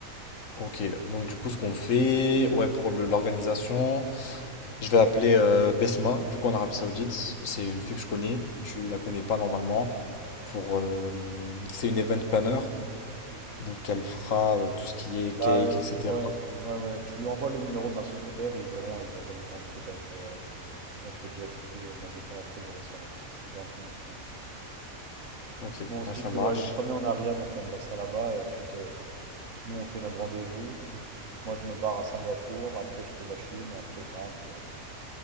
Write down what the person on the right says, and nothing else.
Bah,
euh,
ouais, ouais, ouais, tu lui envoies le numéro de ma secrétaire et ils verront, ils organiseront le truc avec, euh, avec le jet et tout. Moi je vais pas rester gérer ça là, c'est déjà en train de me saouler là.
Bon, on se
dit
que
ouais, le premier en Ariad, on fait l'anniversaire là-bas et ensuite euh, nous on fait notre rendez-vous. Moi je me barre à Singapour, après je fais la Chine et après je rentre et voilà.